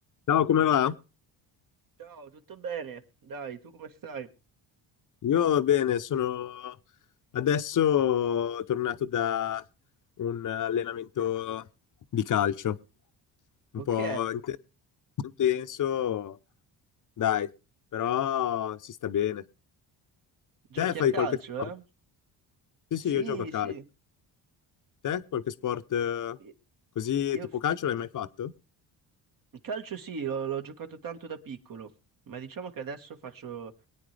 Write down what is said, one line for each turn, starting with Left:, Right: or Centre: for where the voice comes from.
Left: Ciao, come va?
Right: Ciao, tutto bene? Dai, tu come stai?
Left: Io bene, sono adesso tornato da un allenamento di calcio, un
Right: Ok,
Left: po' inte- intenso, dai, però si sta bene.
Right: giochi
Left: Te fai
Right: a calcio,
Left: qualche sport?
Right: eh?
Left: Sì, sì,
Right: Sì,
Left: io gioco a calcio.
Right: sì.
Left: Te qualche sport eh,
Right: Io
Left: così
Right: io
Left: tipo
Right: f-
Left: calcio l'hai mai fatto?
Right: il calcio sì, l'ho l'ho giocato tanto da piccolo, ma diciamo che adesso faccio